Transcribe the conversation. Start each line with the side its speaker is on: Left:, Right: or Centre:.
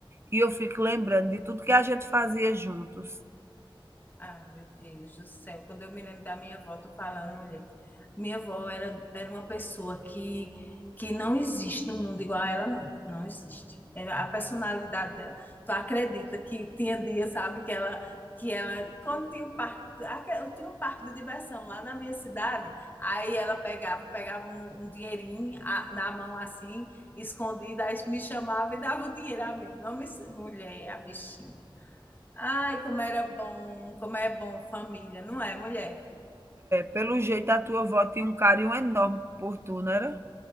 Right: E eu fico lembrando de tudo que a gente fazia juntos.
Left: Ah, meu Deus do céu. Quando eu me lembro da minha avó, tô falando, mulher. Minha avó era, era uma pessoa que, que não existe no mundo igual a ela, não. Não existe. Era a personalidade dela. Tu acredita que tinha dia, sabe, que ela, que ela, quando tinha o parque, aque- eu tinha um parque de diversão lá na minha cidade, aí ela pegava, pegava um, um dinheirinho a- na mão assim, escondida, aí me chamava e dava o dinheiro a mim. Não me, mulher, a bichinha. Ai, como era bom, como é bom família, não é, mulher?
Right: Pelo jeito, a tua avó tinha um carinho enorme por tu, não era?